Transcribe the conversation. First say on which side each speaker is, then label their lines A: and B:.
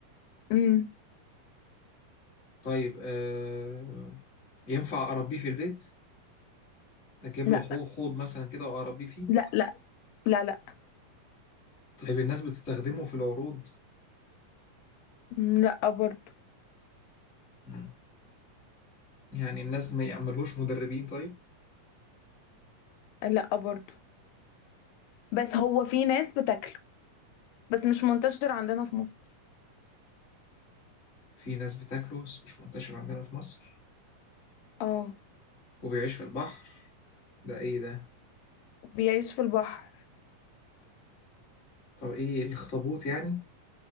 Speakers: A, on the left; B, on the left.
A: امم
B: طيب آه ينفع اربيه في البيت اجيب
A: لا
B: له حو- حوض مثلا كده واربيه فيه
A: لا لا لا لا
B: طيب الناس بتستخدمه في العروض
A: مم، لا برضو
B: مم. يعني الناس ما يعملوش مدربين طيب
A: لا برضو بس هو في ناس بتاكله بس مش منتشر عندنا في مصر
B: في ناس بتاكله بس مش منتشر عندنا في مصر
A: اه
B: وبيعيش في البحر ده ايه ده
A: بيعيش في البحر
B: طب ايه الاخطبوط يعني